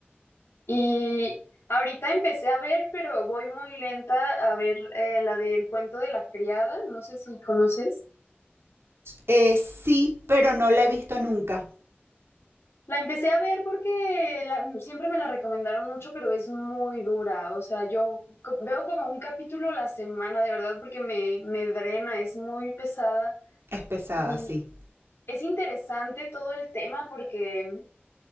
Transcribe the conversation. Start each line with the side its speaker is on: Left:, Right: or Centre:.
Left: Y ahorita empecé a ver, pero voy muy lenta a ver eh, la del cuento de la criada, no sé si conoces.
Right: Eh, sí, pero no la he visto nunca.
Left: La empecé a ver porque la- siempre me la recomendaron mucho, pero es muy dura. O sea, yo co- veo como un capítulo a la semana, de verdad, porque me, me drena, es muy pesada.
Right: Es pesada,
Left: Y
Right: sí.
Left: es interesante todo el tema porque